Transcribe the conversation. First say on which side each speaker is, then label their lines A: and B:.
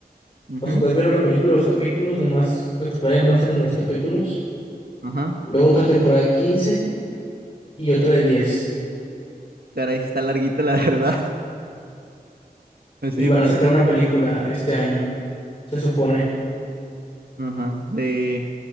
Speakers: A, on the right; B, on the left.
A: ujú,
B: O sea, puedes ver la película, los capítulos, nomás lo explayan más en los capítulos.
A: ajá.
B: Luego otra temporada de 15 y otra de diez
A: Caray, sí está larguito, la verdad. <laughs> Pues
B: Y
A: Sí,
B: van
A: pero
B: a sacar
A: está.
B: una película este año, se supone.
A: Ajá. ajá. De,